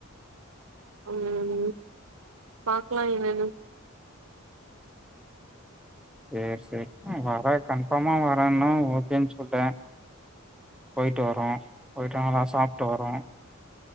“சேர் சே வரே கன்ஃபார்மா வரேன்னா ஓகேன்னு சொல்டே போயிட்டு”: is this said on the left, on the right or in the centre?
Centre